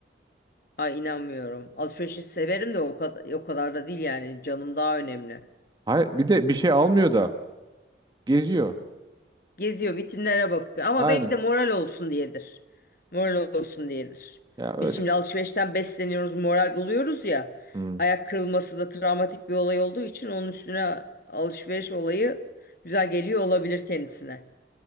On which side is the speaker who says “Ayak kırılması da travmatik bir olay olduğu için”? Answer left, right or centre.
Left